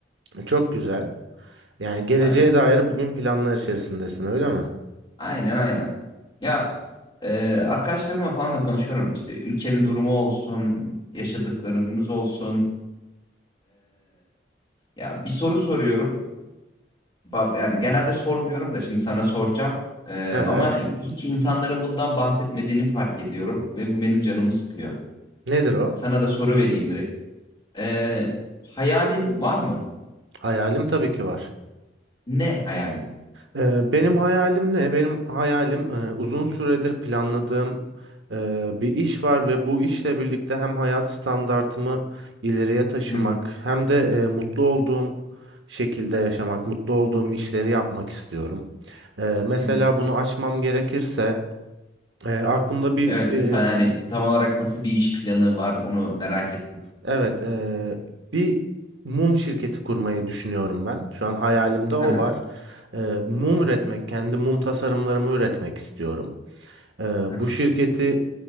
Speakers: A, on the right; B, on the left.
A: çok güzel. Yani geleceğe
B: Aynen.
A: dair bugün planlar içerisindesin öyle mi?
B: Aynen aynen. Ya e, arkadaşlarımla falan da konuşuyorum. işte ülkenin durumu olsun, yaşadıklarımız olsun. Ya bir soru soruyorum. Bab- Yani genelde sormuyorum da şimdi sana soracağım. Ee,
A: Evet.
B: ama hiç insanların bundan bahsetmediğini fark ediyorum ve bu benim canımı sıkıyor.
A: Nedir o?
B: Sana da soru vereyim direkt. Ee, hayalin var mı?
A: Hayalim tabii ki var.
B: Ne hayalin?
A: Ee, Benim hayalim ne? Benim hayalim e, uzun süredir planladığım e, bir iş var ve bu işle birlikte hem hayat standartımı ileriye taşımak
B: Hı hı,
A: hem de e, mutlu olduğum şekilde yaşamak, mutlu olduğum işleri yapmak istiyorum. E, Mesela
B: hı hı.
A: bunu aşmam gerekirse e, aklımda bir
B: Evet lütfen hani
A: e,
B: tam olarak nasıl bir iş planı var onu merak ettim.
A: evet e, bir mum şirketi kurmayı düşünüyorum ben. Şu an hayalimde o
B: Hı hı,
A: var. E, Mum üretmek, kendi mum tasarımlarımı üretmek istiyorum. Ee,
B: hı hı.
A: bu şirketi